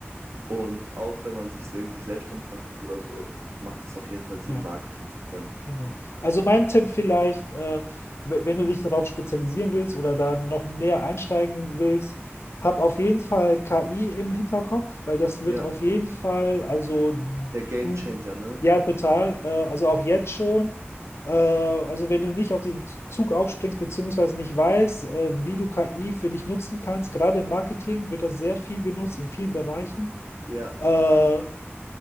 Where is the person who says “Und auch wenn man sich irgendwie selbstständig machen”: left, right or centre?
Right